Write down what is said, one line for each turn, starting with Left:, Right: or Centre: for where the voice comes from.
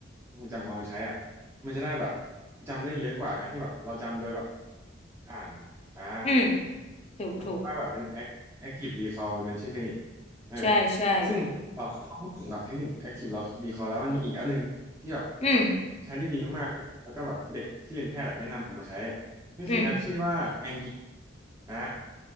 Right: ทรงจำของเรามาใช้อ่ะมันจะได้แบบจำได้เยอะกว่าการที่แบบเราจำโดยแบบอ่านอ่า
Left: อืมถูกถูก
Right: มันเรียกว่าแบบเป็น act- active recall มันเป็นชื่อเทคนิคเออ
Left: ใช่ใช่
Right: ซึ่งเออถ้พูดถึงแบบเทคนิค active recall แล้วมันมีอีกอันหนึงที่แบบ
Left: อืม
Right: ใช้ได้ดีมากๆแล้วก็แบบเด็กที่เรียนแพทย์อะแนะนำผมมาใช้นี่คือแอปชื่อว่า
Left: อืม
Right: Anki อ่า